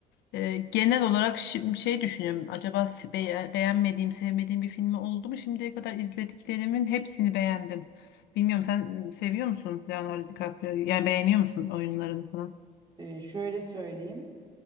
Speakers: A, on the left (about 80°); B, on the right (about 25°).
A: e, genel olarak şi- şey düşünüyorum. Acaba se- be- beğenmediğim, sevmediğim bir filmi oldu mu? Şimdiye kadar izlediklerimin hepsini beğendim. Bilmiyorum sen seviyor musun Leonardo DiCaprio'yu? Yani beğeniyor musun oyunlarını falan?
B: Ee, şöyle söyleyeyim.